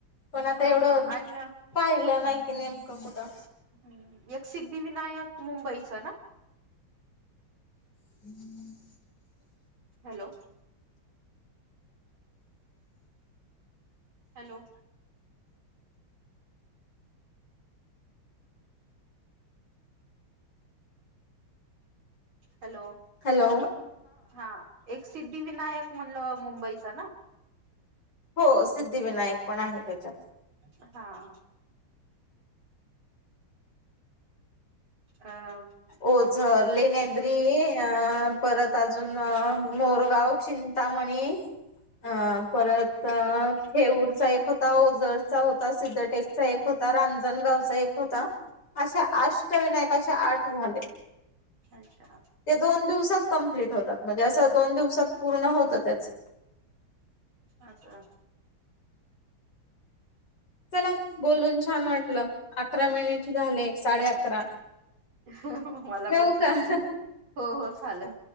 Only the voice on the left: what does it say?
पण आता
एवढं
पाहिलं नाही कि नेमकं कुठं
<inaudible>
हॅलो
हो सिद्धिविनायक पण आहे त्याच्यात
ओझर लेण्याद्री अ परत अजून मोरगाव चिंतामणी अ परत थेऊरचा एक होता ओझरचा होता सिद्धटेकचा एक हो ता रांजणगावचा एक होता अशे अष्टविनायक अशे आठ झाले
ते दोन दिवसात कमप्लीट होतात म्हणजे असं दोन दिवसात पूर्ण होत त्याच
चला बोलून छान वाटलं अकरा मिनिट झाले साडे अकरा
ठेवू
का